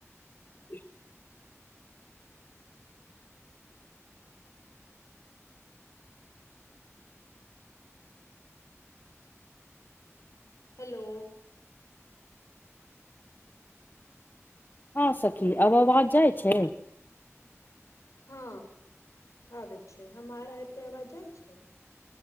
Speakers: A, on the left; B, on the left.
A: <inaudible>
B: हेलो!
A: हँ सखी! आब आबाज जाइ छै?
B: हँ आबै छै, हमार आरके अवाज जाइ छै।